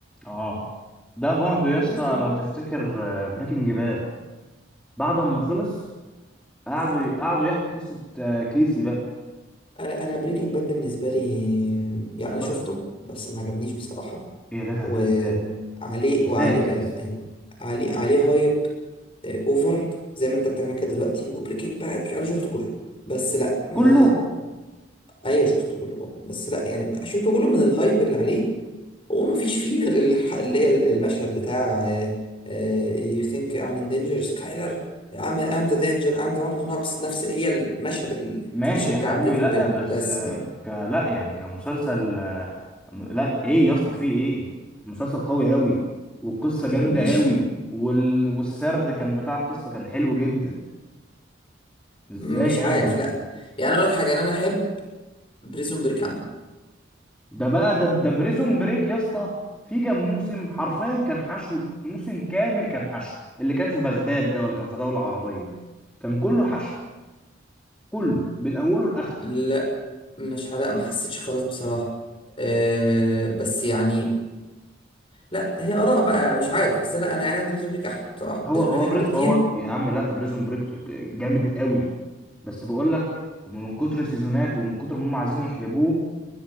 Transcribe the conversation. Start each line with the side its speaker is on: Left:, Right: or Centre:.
Centre: اه ده برضو يا
Left: فاهم
Centre: اسطى
Left: قصدي؟
Centre: لو تفتكر بريكنج باد بعد ما خلص قعدوا
Left: آه،
Centre: قعدوا يحكوا قصة آه، كيسي بقى
Left: انا انا بريكنج باد بالنسبه لي يعني انا
Centre: و-
Left: شفته بس ما عجبنيش بصراحه
Centre: ايه يا جدع
Left: وعليه
Centre: ده ازاي ازاي
Left: وعليه
Centre: ازاي
Left: لا
Centre: ازاي
Left: لا ايوه عليه عليه هايب آه، اوفر زي ما انت بتعمل كده دلوقتي وبريكنج باد انا شفته كله بس لا ما
Centre: كله
Left: ايوه شفته كله طبعا بس لا يعني شفته كله من الهايب اللي عليه هو ما فيش فيه غير الح- اللي هي المشهد بتاع آه، آه، you think I'm in danger Skyler I'm I'm the danger I'm the one who knocks نفس هي المشهد الكليشيه
Centre: ماشي
Left: بتاع
Centre: يا حبيبي
Left: بريكنج
Centre: لا
Left: باد
Centre: بس
Left: بس
Centre: آه،
Left: كده
Centre: ك لا يعني كمسلسل آه، م- لا ايه يا اسطى فيه ايه مسلسل قوي قوي والقصة
Left: آه،
Centre: جامدة
Left: مش
Centre: قوي وال... والسرد كان بتاع القصة كان حلو جدا ازاي
Left: مش
Centre: يعني
Left: عارف لا يعني اقول لك حاجه انا أنا احب بريزون بريك عنه
Centre: ده بقى ده ده بريزون بريك يا اسطى في كام موسم حرفيا كان حشو موسم كامل كان حشو اللي كان في بغداد ده ولا كان في دولة عربية كان كله حشو كله من اوله لاخره
Left: لا مش لا ما حسيتش خلاص بصراحه أه بس يعني لا هي اراء بقى مش عارف بس لا انا يعني عندي بريزون بريك احلى بصراحه
Centre: هو
Left: بريزون
Centre: هو
Left: بريك احلى
Centre: بريز
Left: بكتير
Centre: هو يا عم لا بريزون بريك جامد قوي بس بقول لك هم من كتر سيزونات ومن كتر ما هم عايزين يحلبوه